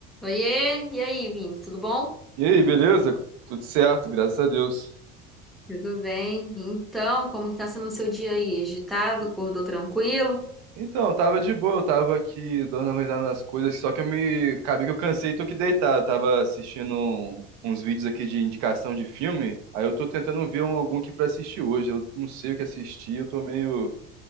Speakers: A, in the centre; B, on the right (about 65°).
A: Oiê, e aí, Vini, tudo bom?
B: E aí, beleza? Tudo certo, graças a Deus.
A: Tudo bem. Então, como que tá sendo o seu dia aí? Agitado? Acordou tranquilo?
B: Então, tava de boa, eu tava aqui dando uma risada nas coisas, só que eu me. Acabei que eu cansei e tô aqui deitado. Eu tava assistindo um- uns vídeos aqui de indicação de filme, aí eu tô tentando ver um- algum aqui pra assistir hoje. Eu não sei o que assistir, eu tô meio.